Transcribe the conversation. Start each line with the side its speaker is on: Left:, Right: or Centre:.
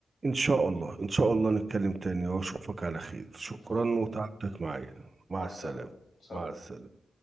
Right: شاء الله ان شاء الله
Left: إن شاء
Right: نتكلم
Left: الله
Right: تاني واشوفك على خير شكرا
Left: إن شاء الله
Right: وتعبتك معايا مع
Left: مع السلامة
Right: السلامه
Left: سلام
Right: مع السلامه